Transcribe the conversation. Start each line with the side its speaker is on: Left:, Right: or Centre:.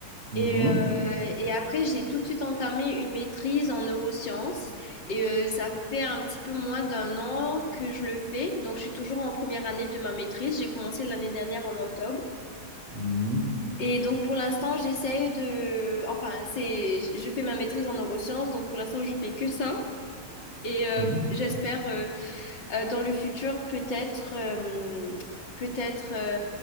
Right: mhm,
Left: Et, euh, et après, j'ai tout de suite entamé une maîtrise en neurosciences. Et euh, ça fait un petit peu moins d'un an que je le fais. Donc, je suis toujours en première année de ma maîtrise. J'ai commencé l'année dernière en octobre.
Right: mhm,
Left: Et donc, pour l'instant, j'essaie de... Enfin, c'est... je fais ma maîtrise en neurosciences. Donc, pour l'instant, je fais que ça. Et euh,
Right: mhm.
Left: j'espère euh, euh, dans le futur, peut-être euh, peut-être euh,